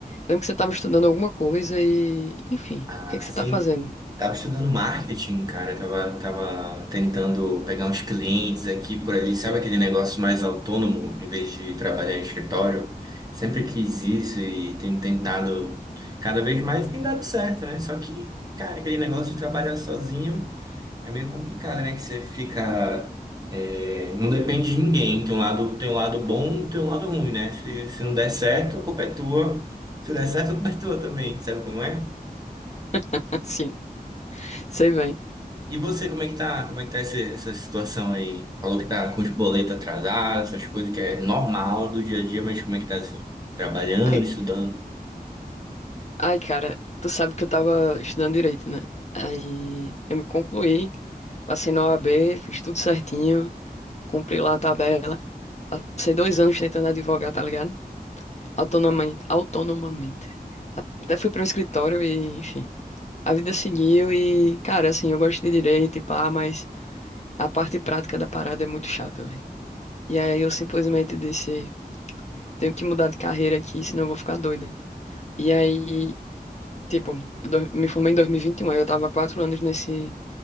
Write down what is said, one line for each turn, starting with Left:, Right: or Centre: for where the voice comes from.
Left: Lembro que você tava estudando alguma coisa e... Enfim,
Right: Ah,
Left: o que é que você
Right: sim.
Left: tá fazendo?
Right: Tava estudando marketing, cara. Tava, tava tentando pegar uns clientes aqui por ali. Sabe aquele negócio mais autônomo, em vez de trabalhar em escritório? Sempre quis isso e tenho tentado cada vez mais, tem dado certo, né? Só que, cara, aquele negócio de trabalhar sozinho. É meio complicado, né? Que você fica. é, não depende de ninguém. Tem um lado, tem um lado bom, tem um lado ruim, né? Se, se não der certo, a culpa é tua. Se der certo, a culpa é tua também. Sabe como é?
Left: <laughs> Sim, sei bem.
Right: E você, como é que tá? Como é que tá esse- essa situação aí? Falou que tá com os boletos atrasados, essas coisas que é normal do dia a dia, mas como é que tá assim? Trabalhando,
Left: Ai,
Right: estudando?
Left: ai, cara, tu sabe que eu tava estudando direito, né? Aí eu me concluí, passei na O A B, fiz tudo certinho. cumpri lá a tabela. Passei dois anos tentando advogar, tá ligado? Autonomamente, autonomamente. Até fui para um escritório e, enfim, a vida seguiu e, cara, assim, eu gosto de direito e pá, mas a parte prática da parada é muito chata, velho. E aí eu simplesmente disse, tenho que mudar de carreira aqui, senão eu vou ficar doida. E aí, tipo, eu do- me formei em 2021, aí eu tava quatro anos nesse,